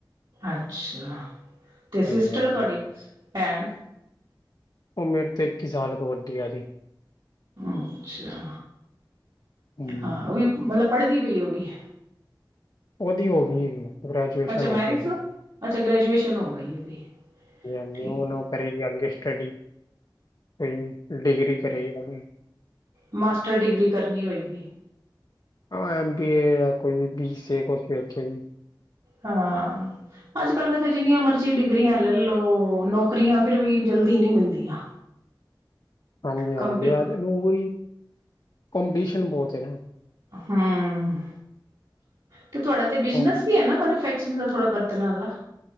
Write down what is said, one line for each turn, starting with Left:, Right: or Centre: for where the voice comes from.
Right: ਅੱਛਾ ਤੇ ਸਿਸਟਰ
Left: ਹਾਂਜੀ ਹਾਂਜੀ
Right: ਤੁਹਾਡੀ ਭੈਣ।
Left: ਉਹ ਮੇਰੇ ਤੋਂ ਇੱਕ ਕੁ ਸਾਲ ਵੱਡੀ ਹੈ ਜੀ।
Right: ਅੱਛਾ
Left: ਹੂੰ
Right: ਹਾਂ ਉਹ ਵੀ ਮਤਲਬ ਪੜ੍ਹਦੀ ਪਈ ਉਹ ਵੀ।
Left: ਉਹਦੀ ਹੋ ਗਈ ਹੈ। ਗ੍ਰੈਜੂਏਸ਼ਨ
Right: ਅੱਛਾ ਮੈਰਿਜ
Left: ਹੋ ਗਈ ਉਹਦੀ
Right: ਅੱਛਾ ਗ੍ਰੈਜੂਏਸ਼ਨ ਹੋ ਗਈ ਉਹਦੀ
Left: ਯਾ ਨਿਊ
Right: ਠੀਕ ਹੈ
Left: ਕਰੀ ਜਾਗੇ ਸਟੱਡੀ ਤੇ ਡਿਗਰੀ ਕਰੇਗੀ ਅਗੇ।
Right: ਮਾਸਟਰ ਡਿਗਰੀ ਕਰਨੀ ਹੋਏਗੀ।
Left: ਹਾ ਐਮ ਬੀਏ ਯਾ ਕੋਈ ਵੀ ਬੀਸੀਏ ਕੁਝ ਵੀ ਰੱਖੇਗੀ।
Right: ਹਾਂ। ਅੱਜ ਕੱਲ ਵੈਸੇ ਜਿੰਨੀਆਂ ਮਰਜ਼ੀ ਡਿਗਰੀਆਂ ਲੈ ਲਓ ਨੌਕਰੀਆਂ ਫਿਰ ਵੀ ਜਲਦੀ ਨਹੀਂ ਮਿਲਦੀਆਂ।
Left: ਹਾਂਜੀ-ਹਾਂਜੀ
Right: ਕੰਪੀ
Left: ਆ ਤੇ ਓਹੀ ਕੰਪਟੀਸ਼ਨ ਬਹੁਤ ਹੈ ਨਾ।
Right: ਹੂੰ ਤੇ ਤੁਹਾਡਾ ਤੇ ਬਿਜਨਸ
Left: ਹਾਂਜੀ
Right: ਵੀ ਹੈ ਨਾ ਮਨੁਫ਼ੈਕਚਰਿੰਗ ਦਾ ਥੋੜਾ ਬਰਤਨਾ ਦਾ।